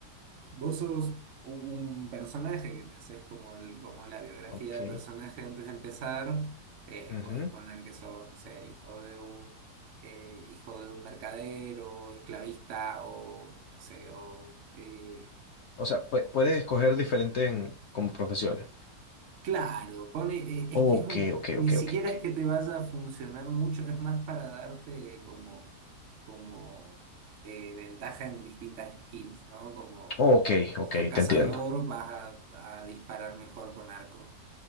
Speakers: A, on the right (about 55°); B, on the left (about 70°).
A: Vos sos un personaje que te haces como, el, como la biografía
B: ok.
A: del personaje antes de empezar. Eh,
B: ujú.
A: podés poner que sos, no sé, hijo de un, eh, hijo de un mercader o esclavista o, no sé, o eh,
B: <clears throat> O sea, pue- puedes escoger diferentes en- como profesiones.
A: Claro, pone, eh, es
B: Ok,
A: que es un-
B: ok,
A: ni
B: ok,
A: siquiera
B: ok, ok.
A: es que te vaya a funcionar mucho, es más para darte como, como eh, ventaja en distintas skins, ¿no? Como
B: Ok,
A: si
B: ok,
A: sos cazador,
B: te entiendo.
A: vas a, a disparar mejor con arco,